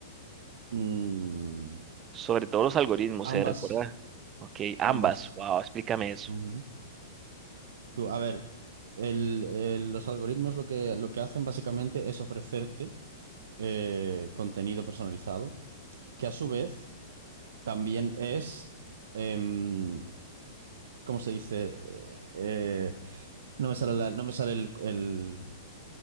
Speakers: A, on the right; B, on the right.
A: Mm,
B: Sobre todo los algoritmos,
A: ambas,
B: ¿eh? ¿Recuerda? Ok, ambas.
A: ambas.
B: Wow, explícame eso.
A: Ujú. Tú, a ver, el- el- los algoritmos lo que, lo que hacen básicamente es ofrecerte eh, contenido personalizado, que a su vez también es, em, ¿cómo se dice? Eh, eh, no me sale la- no me sale el, el-